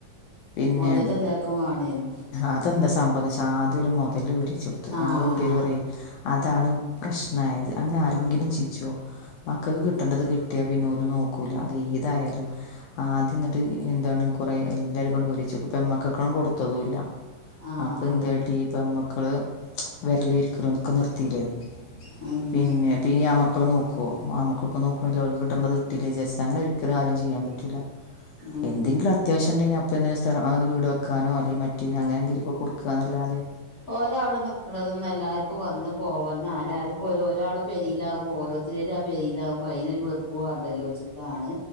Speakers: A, on the left (about 80°); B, on the left (about 45°).
A: പിന്നെ.
B: മൊതല് എല്ലാർക്കും വാണേനും
A: അതെന്താ സംഭവന്നെച്ച ആദ്യോല് മൊതലോരിയെച്ച് കൊട്ത്തു
B: ആഹ്
A: ഞങ്ങളെ വീട്ടേര് പറെയ് അതാണ് പ്രശ്നായത് അങ്ങനാരെങ്കിലും
B: അതന്നെ
A: ചെജ്ജോ മക്കക്ക് കിട്ടണ്ടത്
B: അതന്നെ
A: കിട്ട്യാ പിന്നോ നോക്കൂല അതേതായാലും ആദ്യന്നട്ട് എന്താണ് കൊറേ എല്ലാര്ക്കാണ്ട് ഓരിയെച്ച് പെമ്മക്കക്കാ കൊട്ത്തതുല്ല.
B: ആഹ്
A: അപ്പെന്താട്ടീ
B: അതന്നെ
A: പെമ്മക്കള് വരലു ഇരിക്കലൊക്കെ നിർത്തീലെ
B: ഉം
A: പിന്നെ ഇപ്പീ ആമ. മക്കൾ നോക്കോ ആൺമക്കൾ നോക്ക് ണില്ല ഓൽക്ക് കിട്ടണ്ടത് കിട്ടീലെ വിചാരിച്ചാ അങ്ങനൊരിക്കലും ആരും ചെയ്യാൻ പറ്റൂല്ല.
B: ഉം
A: എന്തെങ്കില അത്യാവശ്യണ്ടെങ്കി അപ്പൊന്തെങ്കിലു സ്ഥലം അത് വീട് വെക്കാനോ അല്ലെങ്കി മറ്റ് അങ്ങനെന്തെങ്കിലൊക്കെ കൊട്ക്കാന്നല്ലാതെ.
B: ഓരാള് നിക്ക്ണത് ന്നെല്ലാർക്കും വന്ന് പോക നാലാള്ക്കും ഒരാള് പെരീലാവുമ്പൊ ഓരോ. പെരീലാവുമ്പൊ അയ്നൊരു വെർ‌പ്പ് വാണ്ടെ ലോചിച്ചിട്ടാണ്